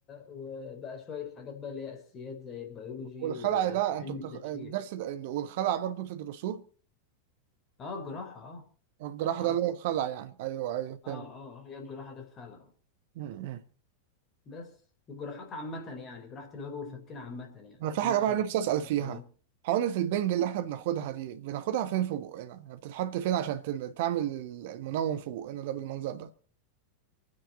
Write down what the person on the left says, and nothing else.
وبقى شوية حاجات بقى اللي هي أساسيات زي البيولوجي
وعلم
التشريح
اه الجراحة اه
اه
اه
اه هي الجراحة ده فعلا
بس والجراحات عامة يعني جراحة الوجه والفكين عامة يعني
مفصل
ال-